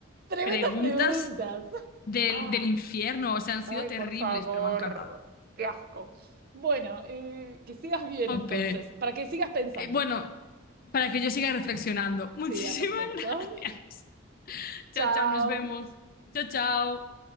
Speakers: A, on the right; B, on the left.
A: Tremendas
B: preguntas
A: preguntas.
B: del,
A: Ah,
B: del infierno. O sea, han sido
A: ay,
B: terribles,
A: por favor.
B: pero me han encantado.
A: ¡Qué asco! Bueno, eh, que sigas bien
B: Jope.
A: entonces, para que sigas pensando.
B: Eh, bueno, para que yo siga reflexionando. Muchísimas
A: Sí, al respecto.
B: <laughs> gracias.
A: <laughs>
B: Chao,
A: Chao.
B: chao, nos vemos. Chao, chao.